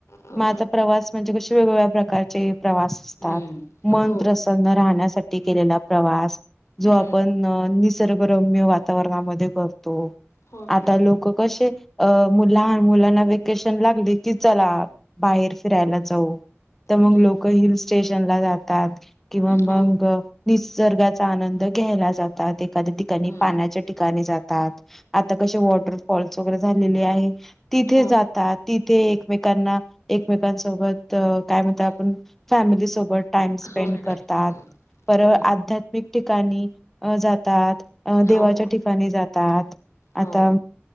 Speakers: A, on the left; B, in the centre.
A: हो
B: माझ प्रवास म्हणजे क शे वेगवेगळ्या प्रकारचे प्रवास असतात
A: हम्म
B: मन
A: हो
B: प्रसन्न सन्न राहण्यासाठी केलेला प्रवास. जो
A: हम्म
B: आपण निसर्गरम्य वातावरणामध्ये करतो
A: हो मॅडम
B: आता लोक कशे अ मुला मुलांना व्हेकेशन लागली की चला बाहेर फिरायला जाऊ तर मग
A: हम्म
B: लोक हिल स्टेशनला जातात किंवा मग
A: हो
B: निसर्गाचा आनंद घ्यायला जातात एखाद्या ठिकाणी
A: हम्म
B: पाण्याच्या ठिकाणी जातात आता कसे वॉटरफॉल्स वगैरे झालेले आहे तिथे
A: हो
B: जातात तिथे एकमेकांना एकमेकांसोबत काय म्हणत
A: हो
B: आपण फॅमिलीसोबत टाइम स्पेंड
A: हो मॅडम
B: करतात पर
A: हम्म
B: आध्यात्मिक ठिकाणी अ जातात अ देवाच्या
A: हो
B: ठिकाणी जातात
A: हो
B: आता